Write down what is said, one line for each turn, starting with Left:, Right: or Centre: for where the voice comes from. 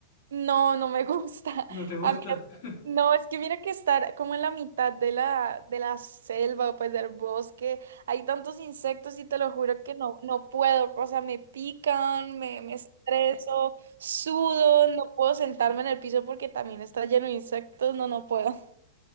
Right: No, no me <laughs> gusta.
Left: ¿No te gusta?
Right: A mí,
Left: <laughs>
Right: no, es que mira que estar como en la mitad de la, de la selva, pues del bosque, hay tantos insectos y te lo juro que no, no puedo. O sea, me pican, me, me estreso, sudo, no puedo sentarme en el piso porque también está lleno de insectos. No, no puedo. <laughs>